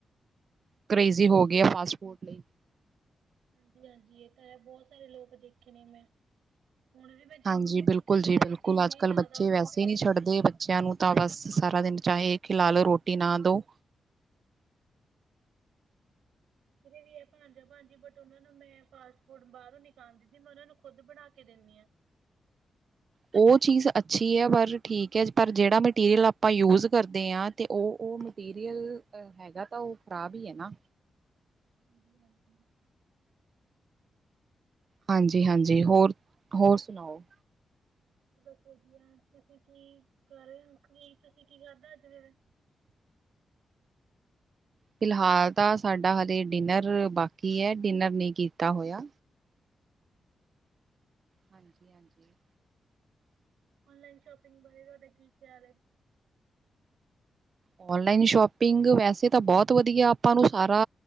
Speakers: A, on the right; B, on the right.
A: ਕਰੇਜ਼ੀ ਹੋ ਗਈ ਆ ਫਾਸਟ ਫੂਡ ਲਈ।
B: ਹਾਂਜੀ ਹਾਂਜੀ ਇਹ ਤਾਂ ਹੈ ਬਹੁਤ ਸਾਰੇ ਲੋਕ ਦੇਖੇ ਨੇ ਮੈਂ। ਹੁਣ ਵੀ ਮੈਂ ਜ
A: ਹਾਂਜੀ ਬਿਲਕੁਲ
B: ਜਿੱਥੇ ਮੈਂ
A: ਜੀ
B: ਗਈ
A: ਬਿਲਕੁਲ
B: ਸੀ ਇੰਨੀ
A: ਅੱਜ ਕੱਲ੍ਹ
B: ਜ਼ਿਆਦਾ
A: ਬੱਚੇ
B: ਉੱਥੇ
A: ਵੈਸੇ
B: ਭੀੜ
A: ਹੀ ਨਹੀਂ ਛੱਡਦੇ
B: ਸੀ।
A: ਬੱਚਿਆਂ ਨੂੰ ਤਾਂ ਬਸ ਸਾਰਾ ਦਿਨ ਚਾਹੇ ਖਿਲਾ ਲਓ ਰੋਟੀ ਨਾ ਦਿਓ।
B: ਮੇਰੇ ਵੀ ਹੈ ਭਾਣਜਾ ਭਾਜੀ ਬਟ ਉਹਨਾਂ ਨੂੰ ਮੈਂ ਫਾਸਟ ਫੂਡ ਬਾਹਰੋਂ ਨੀ ਖਾਣ ਦਿੰਦੀ ਮੈਂ ਉਹਨਾ ਨੂੰ ਖੁਦ ਬਣਾ ਕੇ। ਕਿਨ ਆ।
A: ਉਹ ਚੀਜ਼ ਅੱਛੀ ਹੈ ਪਰ ਠੀਕ ਹੈ ਪਰ ਜਿਹੜਾ ਮੇਟੀ ਰਿਆਲ ਆਪਾਂ ਯੂਜ਼ ਕਰਦੇ ਹਾਂ ਤੇ। ਤੇ ਉਹ ਮਟੀਰੀਅਲ ਹੈਗਾ ਤਾਂ ਉਹ ਖ਼ਰਾਬ ਹੀ ਹੈ ਨਾ।
B: ਹਾਂਜੀ ਹਾਂਜੀ।
A: ਹਾਂਜੀ ਹਾਂਜੀ ਹੋਰ ਹੋਰ ਸੁਣਾਓ।
B: ਬਸ ਵਧੀਆ ਤੁਸੀਂ ਕੀ ਕਰ ਰਹੇ ਹੋ ਉਠ ਗਏ ਕੀ ਤੁਸੀਂ ਕੀ <inaudible> <unintelligible>
A: ਫਿਲਹਾਲ ਤਾਂ ਸਾਡਾ ਹਾਲੇ ਡਿਨਰ ਬਾਕੀ ਹੈ ਡਿਨਰ ਨਹੀਂ ਕੀਤਾ ਹੋਇਆ।
B: ਹਮ।
A: ਹਾਂਜੀ ਹਾਂਜੀ
B: ਓਨਲਾਈਨ ਸ਼ੋਪਿੰਗ ਬਾਰੇ ਤੁਹਾਡਾ ਕੀ ਖ਼ਿਆਲ ਹੈ।
A: ਓਨਲਾਈਨ ਸ਼ੋਪਿੰਗ ਵੈਸੇ ਤਾਂ ਬਹੁਤ ਵਧੀਆ ਆਪਾਂ ਨੂੰ ਸਾਰਾ